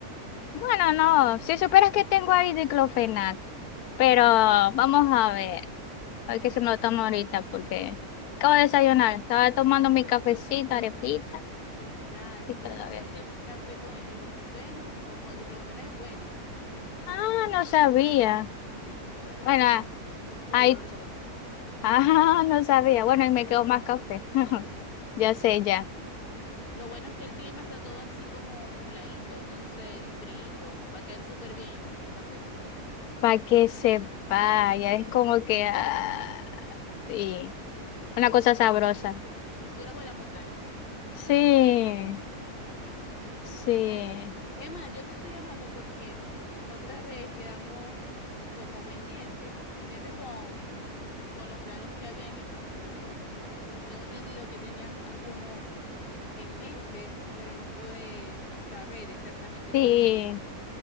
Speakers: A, on the left (about 80°); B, on the left (about 35°).
A: Bueno, no, si supieras que tengo ahí diclofenato, pero
B: Ujú.
A: vamos a ver, a ver qué se me lo tomo ahorita porque acabo de desayunar, estaba tomando mi cafecito, arepita
B: Claro,
A: y todavía.
B: pero dicen que el café con el ibuprofeno o con el diclofenac es bueno.
A: Ah, no sabía.
B: Sí, eso lo tomo,
A: Bueno,
B: lo tomo con
A: ahí,
B: el dolor de cabeza.
A: <laughs> ah, no sabía. Bueno, y me quedó más café. <laughs>
B: Ahora
A: Ya sé,
B: te lo tomo.
A: ya.
B: Lo bueno es que el clima está todo así como nubladito, entonces, y friito. Va a caer súper bien el café,
A: Para que se vaya, es como que ah, y
B: como si
A: una
B: estuviéramos
A: cosa
B: en
A: sabrosa.
B: la- como si estuviéramos en la montaña.
A: Sí,
B: <laughs>
A: sí,
B: Ajá. Emma, yo te estoy llamando porque mm, la otra vez quedamos como pendientes, pendientes con, con los planes que había en el futuro. Tengo entendido que tenías algunos en mente, pero no pude saber exactamente
A: sí,
B: cuáles eran.